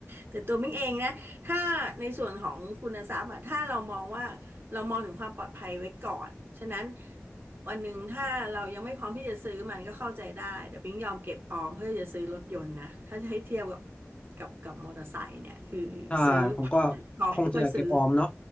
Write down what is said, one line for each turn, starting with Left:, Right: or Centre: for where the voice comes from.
Right: แต่ตัวมิ้งเองนะถ้าในส่วนของคุณทรัพย์อะถ้าเรามองว่า เรามองถึงความปลอดภัยไว้ก่อน ฉะนั้นวันหนึ่งถ้าเรายังไม่พร้อมที่จะซื้อมันก็เข้าใจได้ แต่ปิ๊งยอมเก็บออมเพื่อจะซื้อรถยนต์นะ ถ้าจะให้เทียบกับกับกับมอเตอร์ไซค์เนี่ยคือซื้อพ
Left: ใช่ผมก็
Right: อไม่ค่อยซื้อ
Left: คงจะอยากเก็บออมเนาะ